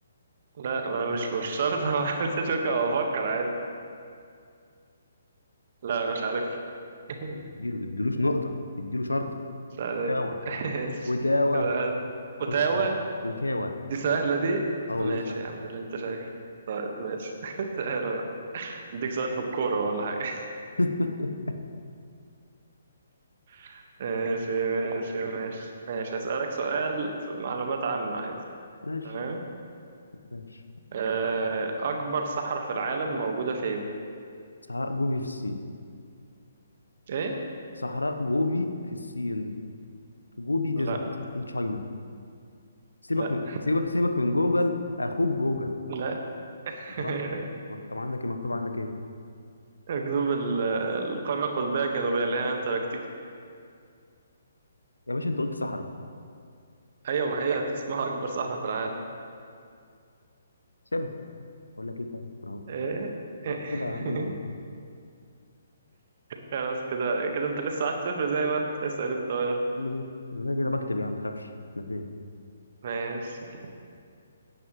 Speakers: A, on the right; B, on the left.
A: لا ما أنا مش مش شرط <laughs> اعمل سيرش ممكن افكر عادي لا مش عارف <laughs>
B: اديله تديلوش نقطة اديله شرط
A: مش عارف
B: تاوه
A: <laughs>
B: وتاوه
A: كده هات.
B: خش
A: اوتاوا
B: على بعض وتاوه
A: دي سهلة دي
B: اه والله
A: ماشي
B: سهل
A: يا عم اللي انت شايفه طيب ماشي <laughs> تعالى بقى اديك سؤال في الكورة ولا حاجة
B: <laughs>
A: <laughs> ماشي ماشي ماشي ماشي هسألك سؤال في معلومات عامة عادي
B: ماشي
A: تمام
B: ماشي
A: آه، أكبر صحراء في العالم موجودة فين؟
B: صحراء جوبي في الصين
A: إيه؟
B: صحراء جوبي في الصين جوبي ديزرت
A: لا
B: ان تشاينا سيبك
A: لا
B: من سيبك سيبك من جوجل اخوك جوجل
A: لا <laughs>
B: براحتك هو طب عندك ايه مكتوب عندك ايه
A: القطب ال- القارة القطبية الجنوبية اللي هي أنتاركتيكا
B: يا باشا انت قلت صحراء
A: أيوة ما هي اسمها أكبر صحراء في العالم
B: سيبها اقول لك ايه طيب اهو
A: إيه إيه.
B: احسبها يا عم انا غلطان
A: <laughs> خلاص كده كده أنت لسه واحد صفر زي ما أنت اسأل أنت يلا
B: يا عم ماشي انا كده كده بكتب يعني ما تخافش انا فين
A: ماشي